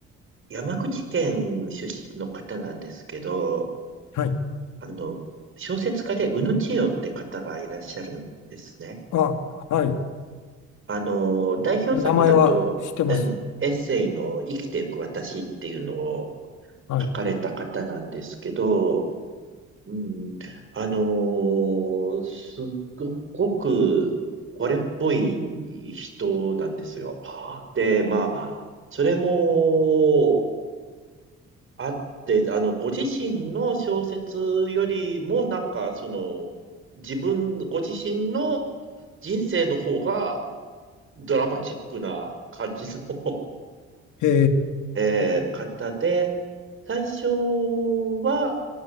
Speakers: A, on the right; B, on the left.
A: 山口県出身の方なんですけど、
B: はい。
A: あの、小説家で宇野千代って方がいらっしゃるんですね。
B: あ、はい。
A: あのー代表作だと、
B: 名前は知ってます。
A: うん、エッセイの生きていく私っていうのを
B: はい。
A: 書かれた方なんですけど、うん。あのーすっごく惚れっぽい人なんですよ。で、まあ、それもあって、あの、ご自身の小説よりも、なんか、その、自分、ご自身の人生の方がドラマチックな感じの
B: へ
A: <laughs> えー方で、
B: え。
A: 最初は、